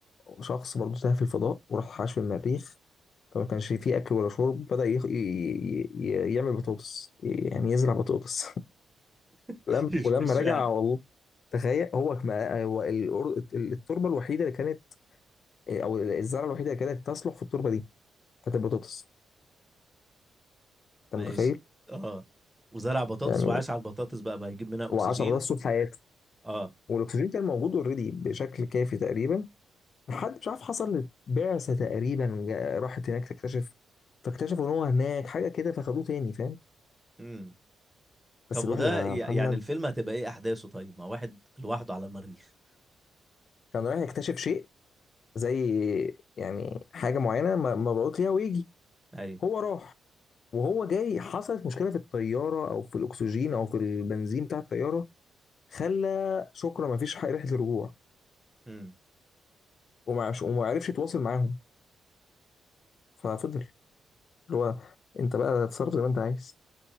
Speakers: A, on the left (about 45°); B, in the centre.
A: شخص برضه تاه في الفضاء وراح عاش في المريخ فما كانش فيه اكل ولا شرب بدأ يخ... ي... ي... ي- يعمل بطاطس يعني يزرع بطاطس <laughs>
B: <laughs>
A: ولما
B: مش
A: ولما
B: مش
A: رجع
B: فعلا
A: والله تخيل هو ما هو الأر- التربه الوحيده اللي كانت آه، او الزرعه الوحيده اللي كانت تصلح في التربه دي هات البطاطس
B: ماشي
A: انت متخيل
B: اه وزرع بطاطس
A: يعني
B: وعاش على البطاطس بقى بقى هيجيب منها اكسجين
A: و10 بطاطس طول حياته
B: اه
A: والاكسجين كان موجود اوريدي بشكل كافي تقريبا لحد مش عارف حصل بعثه تقريبا جا- راحت هناك تكتشف فاكتشفوا ان هو هناك حاجه كده فخدوه تاني فاهم
B: مم. طب
A: بس الواحد
B: وده
A: يا
B: ي-
A: محمد
B: يعني الفيلم هتبقى ايه احداثه طيب ما واحد لوحده على المريخ
A: كان رايح يكتشف شيء زي يعني حاجه معينه م- مبعوث ليها ويجي
B: ايوه
A: هو راح وهو جاي حصلت مشكله في الطياره او في الاكسجين او في البنزين بتاع الطياره خلى شكرا ما فيش رحله رجوع
B: امم
A: وما وما عرفش يتواصل معاهم ففضل اللي هو انت بقى تتصرف زي ما انت عايز